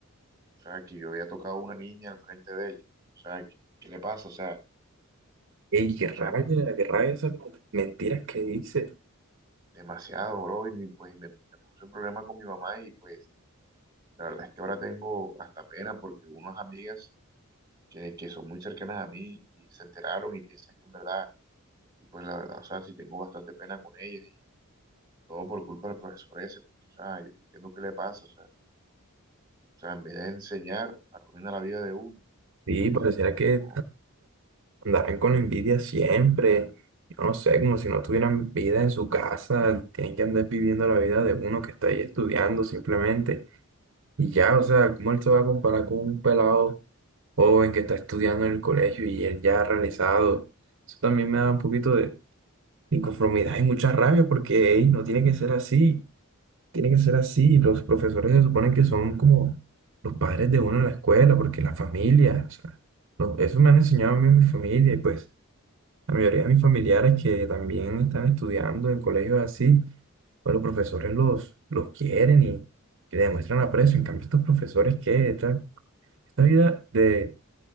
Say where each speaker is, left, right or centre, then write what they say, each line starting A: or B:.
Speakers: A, on the right; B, on the right.
A: sea, que yo había tocado a una niña al frente de él. O sea, ¿qué, qué le pasa? O sea, o
B: ¡Ey, qué rabia!
A: sea, mi-
B: ¡Qué rabia esas mentiras que dice!
A: demasiado, bro, y mi- pues me, me puse en problema con mi mamá y pues la verdad es que ahora tengo hasta pena porque unas amigas que, que son muy cercanas a mí y se enteraron y piensan que en verdad, y pues la verdad, o sea, sí tengo bastante pena con ellas todo por culpa del profesor ese, porque, o sea, yo no entiendo qué le pasa, o sea, o sea, en vez de enseñar, arruina la vida de uno,
B: Sí,
A: pues,
B: pareciera que
A: no.
B: andarán con envidia siempre. Yo no sé, como si no tuvieran vida en su casa, tienen que andar viviendo la vida de uno que está ahí estudiando simplemente. Y ya, o sea, ¿cómo él se va a comparar con un pelado joven que está estudiando en el colegio y él ya ha realizado? Eso también me da un poquito de inconformidad y mucha rabia porque ey, no tiene que ser así tiene que ser así. Los profesores se suponen que son como los padres de uno en la escuela, porque la familia, o sea, lo- eso me han enseñado a mí en mi familia y pues la mayoría de mis familiares que también están estudiando en colegios así, pues los profesores los, los quieren y, y le demuestran aprecio. En cambio, estos profesores que esta, esta vida de,